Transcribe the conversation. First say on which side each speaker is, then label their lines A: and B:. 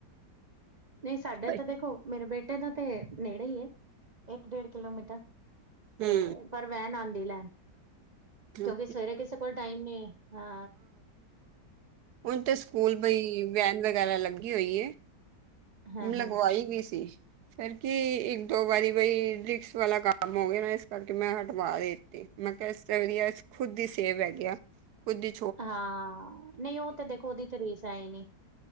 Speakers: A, on the right; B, on the right.
A: ਨ‌ਈ, ਸਾਡੇ
B: ਬਈ
A: ਤਾਂ ਦੇਖੋ, ਮੇਰੇ ਬੇਟੇ ਦਾ ਤੇ ਨੇੜੇ ਈ ਏ। ਇੱਕ, ਡੇਢ ਕਿਲੋਮੀਟਰ ਤੇ
B: ਹੂੰ
A: ਪਰ ਵੈਨ ਆਂਦੀ ਲੈਣ
B: ਹੂੰ।
A: ਕਿਉਂਕਿ ਸਵੇਰੇ ਕਿਸੇ ਕੋਲ ਟਾਈਮ ਨ‌ਈ ਹੈ
B: ਹੁਨ ਤੇ ਸਕੂਲ ਬਈ ਵੈਨ ਵਗੈਰਾ ਲੱਗੀ ਹੋਈ ਏ।
A: ਹਾਂ ਹਾਂ
B: ਲਗਵਾਈ ਗਈ ਸੀ। ਫੇਰ ਕੀ ਇੱਕ, ਦੋ ਵਾਰੀ ਬਈ ਰਿਕਸ ਵਾਲਾ ਕੰਮ ਹੋ ਗਿਆ ਨਾ ਇਸ ਕਰਕੇ ਮੈਂ ਹਟਵਾ ਦਿ ਕਿਹਾ ਇਸ ਵਧੀਆ ਖੁੱਦ ਦੀ ਸੇਬ ਹੈਗੇ ਖੁੱਦ ਦੀ
A: ਹਾਂ, ਨ‌ਈ ਓ ਤੇ ਦੇਖੋ ਉਦੀ ਚ ਰੇਸ ਆਏ ਨੇ,